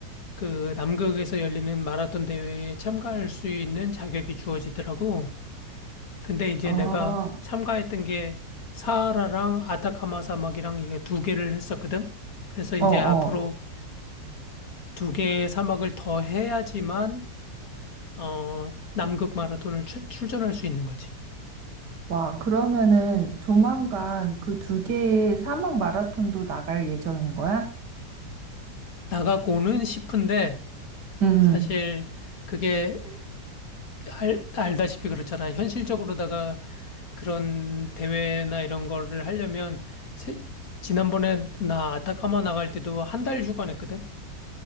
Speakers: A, on the left; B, on the right.
A: 그 남극에서 열리는 마라톤 대회에 참가할 수 있는 자격이 주어지더라고. 근데 이제
B: 아,
A: 내가 참가했던 게 사하라랑 아타카마 사막이랑 이게 두 개를 했었거든. 그래서 이제
B: 어, 어.
A: 앞으로 두 개의 사막을 더 해야지만 어 남극 마라톤을 출, 출전할 수 있는 거지.
B: 와, 그러면은 조만간 그 두 개의 사막 마라톤도 나갈 예정인 거야?
A: 나가고는 싶은데
B: 응. 응.
A: 사실 그게 알, 알다시피 그렇잖아. 현실적으로다가 그런 대회나 이런 거를 하려면 세- 지난번에 나 아타카마 나갈 때도 한 달휴간했거든